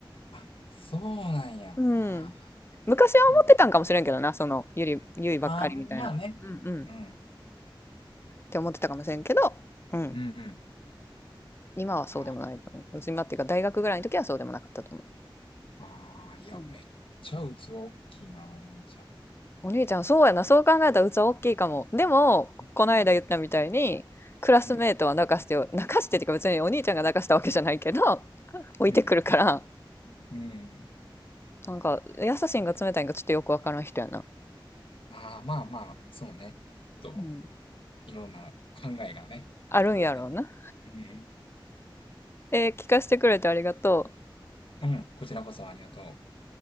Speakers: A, on the left; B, on the left.
A: あ、そうなんや。
B: うん。
A: あ
B: 昔は思ってたんかもしれんけどな、
A: ーもう、
B: その、ゆり、ゆいばっかりみたいな。
A: あー、まあね。
B: うんうん。っ
A: うん。
B: て思ってたかもしれんけど、うん。
A: うんうん。
B: 今はそうでもないと思う今っていうか大学ぐらいの時はそうでもなかったと思
A: ああー、いや、
B: ううん
A: めっちゃ器大きいな、お兄ちゃん。
B: お兄ちゃんそうやなそう考えたら器大きいかもでもこの間言ったみたいにクラスメートは泣かしてよ泣かしてっていうか別にお兄ちゃんが泣かしたわけじゃないけど
A: うん。うん。
B: <laughs> 置いてくるから
A: うん。うん。うん
B: なんか優しいんか冷たいんかちょっとよくわからん人やな
A: ああ、まあまあ、そうね。と、
B: うん
A: いろんな考えがね、あるからね。
B: あるんやろうな
A: うん。
B: えー聞かせてくれてありがとう。
A: うん。こちらこそありがとう。